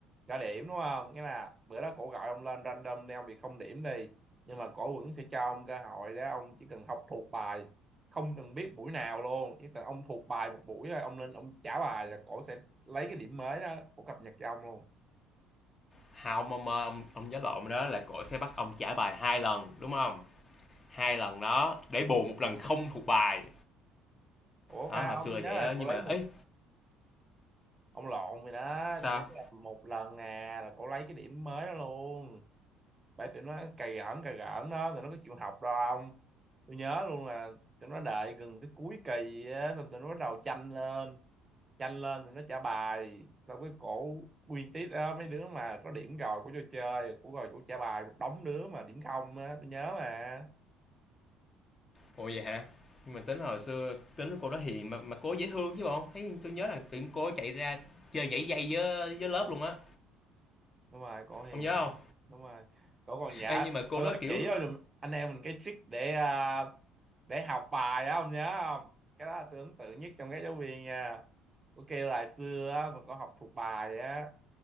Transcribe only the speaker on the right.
trả điểm đúng không nghĩa là bữa đó cổ gọi ông lên random đi ông bị không điểm đi nhưng mà cổ vẫn sẽ cho ông cơ hội đó ông chỉ cần học thuộc bài không cần biết buổi nào luôn chỉ cần ông thuộc bài một buổi thôi ông lên ông trả bài là cổ sẽ lấy cái điểm mới đó cổ cập nhật cho ông luôn
ủa
phải
không
tôi
nhớ
là
cổ lấy
một
ông lộn rồi đó
tôi nhắn là một lần à là cô lấy cái điểm mới đó luôn phải tụi nó cày gỡn cày gỡn đó tụi nó có chịu học đâu không tôi nhớ luôn là tụi nó đợi gần cái cuối kỳ á xong tụi nó bắt đầu tranh lên tranh lên tụi nó trả bài xong cái cổ nguyên tiết đó mấy đứa mà có điểm rồi của cho chơi của rồi chủ trả bài một đống đứa mà điểm không á tôi nhớ mà
đúng rồi cổ hiền
đúng rồi cổ còn nhớ
cổ
còn
chỉ cho đùm- anh em mình cái trick để à, để học bài á ông nhớ không cái đó là tôi ấn tượng nhất trong các giáo viên nha có kêu là xưa á, mà cổ học thuộc bài vậy á